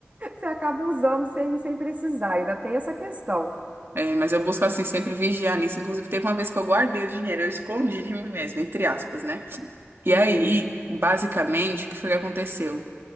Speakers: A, on the right; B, on the right.
A: você acaba usando sem, sem precisar. Ainda tem essa questão.
B: É, mas eu busco, assim, sempre vigiar nisso. Inclusive, teve uma vez que eu guardei o dinheiro, eu escondi de mim mesma, entre aspas, né? E
A: Sim.
B: aí, basicamente, o que foi que aconteceu?